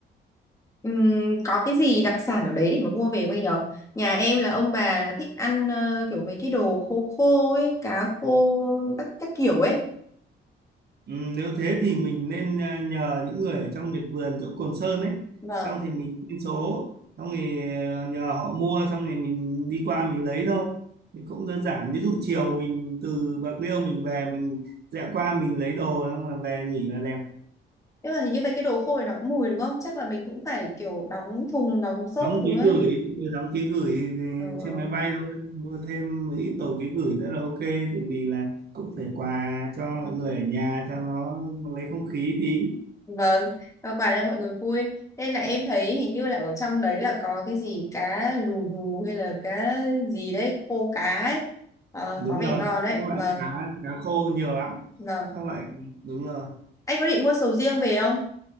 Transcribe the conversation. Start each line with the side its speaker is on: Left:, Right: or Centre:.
Left: Ừm, có cái gì đặc sản ở đấy để mà mua về không anh nhờ? Nhà em là ông bà là thích ăn ờ, kiểu mấy cái đồ khô khô ấy, cá khô các các kiểu ấy.
Right: Ừ, nếu thế thì mình nên à, nhờ những người ở trong miệt vườn chỗ Cồn Sơn ấy
Left: Vâng.
Right: xong thì mình xin số xong thì à, nhờ họ mua xong thì mình đi qua mình lấy thôi thì cũng đơn giản ví dụ chiều mình từ Bạc Liêu mình về mình rẽ qua mình lấy đồ xong là về nghỉ là đẹp
Left: nhưng mà hình như mấy cái đồ khô này nó cũng mùi đúng không chắc là mình cũng phải kiểu đóng thùng đóng xốp
Right: đóng
Left: các thứ
Right: ký
Left: ấy
Right: gửi đóng ký gửi
Left: ừ.
Right: trên máy bay thôi mua thêm một ít đồ ký gửi nữa là ok tại vì là cũng phải quà cho mọi người ở nhà cho nó lấy không khí tí
Left: vâng và quà cho mọi người vui nên là em thấy hình như là ở trong đấy là có cái gì cá lù lù hay là cá gì đấy khô cá ấy Ờ,
Right: đúng
Left: có vẻ
Right: rồi
Left: ngon đấy
Right: các loại
Left: vâng
Right: cá cá khô nhiều lắm
Left: vâng
Right: các loại đúng rồi
Left: anh có định mua sầu riêng về không